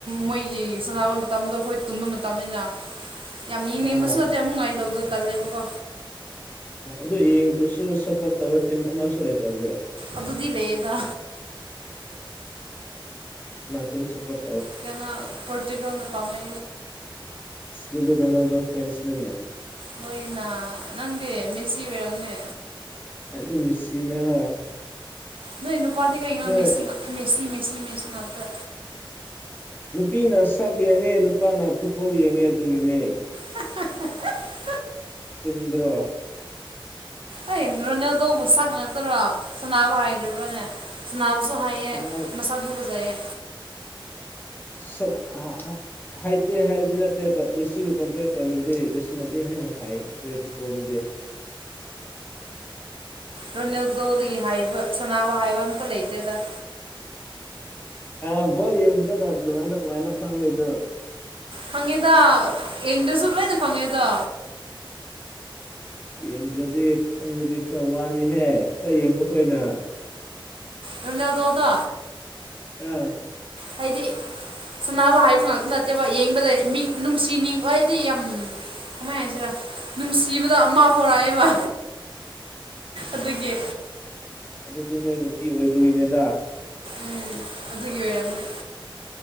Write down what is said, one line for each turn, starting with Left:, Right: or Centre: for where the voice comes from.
Right: ꯃꯣꯏꯒꯤ ꯁꯥꯟꯅꯕ ꯃꯇꯝꯗꯣ ꯑꯩꯈꯣꯏ ꯇꯨꯝꯕ ꯃꯇꯝꯅꯤꯅ ꯌꯥꯝ
Left: ꯍꯣꯏ
Right: ꯅꯦꯝꯕꯁꯨ
Left: ꯍꯣꯏ
Right: ꯅꯠꯇꯦ ꯑꯃꯨ ꯉꯉꯥꯏꯗꯕꯗꯣ ꯇꯜꯂꯦꯕꯀꯣ
Left: ꯑꯣ ꯑꯗꯨ ꯌꯦꯡꯗ꯭ꯔꯁꯨ ꯁꯞꯄꯣꯔꯠ ꯇꯧꯕ ꯇꯤꯝ ꯑꯃꯁꯨ ꯂꯩꯇꯕ꯭ꯔꯣ
Right: ꯑꯗꯨꯗꯤ ꯂꯩꯌꯦꯗ
Left: ꯇꯤꯟ ꯁꯣꯄꯣꯔ
Right: ꯀꯩꯅ ꯄꯣꯔꯇꯨꯒꯜꯅ ꯄꯝꯃꯦ
Left: ꯑꯁ ꯑꯗꯨꯗꯤ ꯔꯣꯅꯥꯜꯗꯣ ꯐꯦꯟꯁ ꯅꯤꯅꯦ
Right: ꯍꯣꯏꯅꯥ ꯅꯪꯗꯤ ꯃꯦꯁꯤ ꯑꯣꯏꯔꯝꯅꯦ
Left: ꯑꯩꯗꯤ ꯃꯦꯁꯤꯅꯦ ꯍꯣꯏ
Right: ꯏ ꯏꯟꯅ ꯄꯇꯤ ꯀꯅ
Left: ꯅꯣꯏ
Right: ꯃꯦꯁꯤ ꯃꯦꯁꯁꯤ ꯃꯦꯁꯤ ꯃꯦꯁꯤꯉꯇ
Left: ꯅꯨꯄꯤꯅ ꯁꯛ ꯌꯦꯡꯉꯦ ꯅꯨꯄꯥꯅ ꯐꯨꯠꯕꯣꯜ ꯌꯦꯡꯉꯦ ꯑꯗꯨꯒꯤꯅꯦ
Right: <unintelligible>
Left: ꯆꯨꯝꯗ꯭ꯔ
Right: ꯑꯩ꯭ꯔꯣꯅꯦ ꯑ ꯑꯗꯨꯕꯨ ꯁꯛ ꯉꯛꯇꯔꯣ ꯁꯅꯥꯅꯕ ꯍꯥꯏꯗꯔꯤꯕꯅꯦ ꯁꯅꯥꯕꯁꯨ ꯍꯩꯌꯦ
Left: ꯁꯅꯥ
Right: ꯃꯁꯛꯁꯨ ꯐꯖꯩꯌꯦ
Left: <unintelligible> ꯍꯥꯏꯇꯦ ꯍꯥꯏꯕꯗꯤ ꯅꯠꯇꯦ ꯕꯠ ꯃꯤꯁꯤꯒ ꯀꯝꯄꯔ ꯇꯧꯔꯗꯤ ꯃꯤꯁꯤꯅꯗꯤ ꯍꯦꯟꯅ ꯍꯥꯏꯈꯔꯦ ꯕꯣꯜꯒꯤꯗꯤ
Right: ꯔꯣꯅꯤꯜꯗꯣꯗꯒꯤ ꯍꯥꯏꯕ ꯁꯅꯥꯅꯕ ꯍꯥꯏꯕ ꯑꯝꯇ ꯂꯩꯇꯦꯗ
Left: ꯑꯕꯣ ꯌꯦꯟ꯭ꯔꯣꯒ ꯃꯥꯏ ꯀ ꯃꯥꯏꯅ ꯀ ꯈꯪ ꯏꯣ
Right: ꯈꯪꯉꯦꯗ ꯌꯦꯡꯗꯁꯨ ꯂꯩꯏꯅ ꯈꯪꯉꯦꯗ
Left: <inaudible> ꯌꯦꯡꯗ꯭ꯔꯗꯤ ꯈꯪꯕꯗꯤ ꯈꯔ ꯋꯥꯅꯤꯍꯦ ꯑꯩꯈꯣꯏ ꯌꯦꯡꯕꯈꯣꯏꯅ
Right: ꯔꯣꯅꯥꯜꯗꯣꯗꯣ
Left: ꯑꯥ
Right: ꯍꯥꯏꯗꯤ ꯁꯅꯕ ꯍꯥꯏꯕ ꯉꯥꯛꯇ ꯅꯠꯇꯦꯕ ꯌꯦꯡꯕꯗ ꯃꯤ ꯅꯨꯡꯁꯤꯅꯤꯡ ꯍꯥꯏꯗꯤ ꯌꯥꯝ ꯀꯃꯥꯏꯅ ꯍꯥꯏꯁꯤꯔ ꯅꯨꯡꯁꯤꯕꯗꯣ ꯑꯃ ꯐꯥꯎꯔꯛꯑꯦꯕ ꯑꯗꯨꯒꯤ
Left: ꯑꯗꯨꯗꯤ ꯅꯣꯏ ꯅꯨꯄꯤ ꯑꯣꯏꯕꯒꯤꯅꯦꯗ
Right: ꯎꯝ ꯑꯗꯨꯒꯤ ꯑꯣꯏꯔꯝꯃꯦ